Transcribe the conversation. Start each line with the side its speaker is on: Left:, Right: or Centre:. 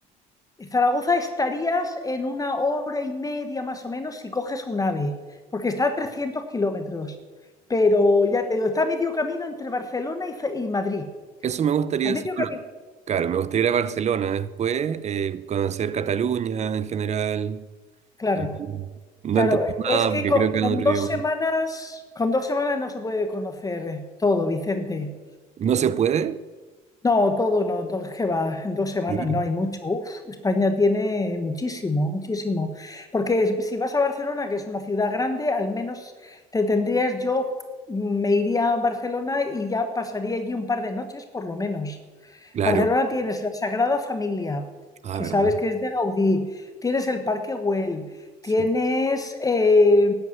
Left: Zaragoza estarías en una hora y media más o menos si coges un AVE, porque está a 300 kilómetros. Pero ya te digo, está a medio camino entre Barcelona y, Za- y Madrid.
Right: eso me gustaría
Left: A medio
Right: hacer.
Left: camino,
Right: Bueno, claro, me gustaría ir a Barcelona después, eh, conocer Cataluña en general,
Left: claro.
Right: eh, no
Left: Claro,
Right: entender
Left: es
Right: nada
Left: que
Right: porque
Left: co-
Right: creo que
Left: con,
Right: es otro
Left: dos
Right: idioma.
Left: semanas, con dos semanas no se puede conocer todo, Vicente.
Right: ¿No se puede?
Left: No, todo no, todo es que va, en dos semanas
Right: Sí,
Left: no hay mucho. Uf, España tiene muchísimo, muchísimo. Porque si vas a Barcelona, que es una ciudad grande, al menos te tendrías, yo me iría a Barcelona y ya pasaría allí un par de noches por lo menos.
Right: claro.
Left: Barcelona tienes la Sagrada Familia,
Right: Ah,
Left: que
Right: ¿verdad?
Left: sabes que es de Gaudí, tienes el Parque Güell,
Right: Sí.
Left: tienes, eh,